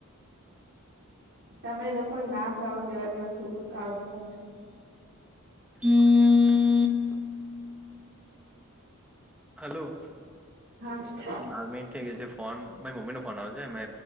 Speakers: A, on the right (about 55°); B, in the centre.
A: તમે લોકો ના પ્રાઉડ લેવાની વસ્તુ પર પ્રાઉડ લો.
B: હમ્મ. હલો.
A: હા.
B: બાર મિનિટ થઈ ગઈ છે ફોન મારી મમ્મી નો ફોન આવે છે મે